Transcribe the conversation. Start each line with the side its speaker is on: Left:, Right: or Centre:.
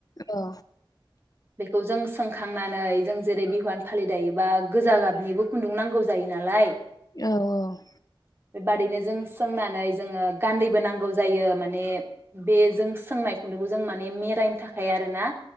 Left: औ।
Right: बेखौ जों सोंखांनानै जों जेरै बिहुवान फालि दायोबा गोजा गाबनिबो खुन्दुं नांगौ जायो नालाय
Left: औ औ।
Right: बेबादैनो जों सोंनानै जोङो गान्दैबो नांगौ जायो माने बे जों सोंनाय खुन्दुंखौ जों माने मेरायनो थाखाय आरो ना।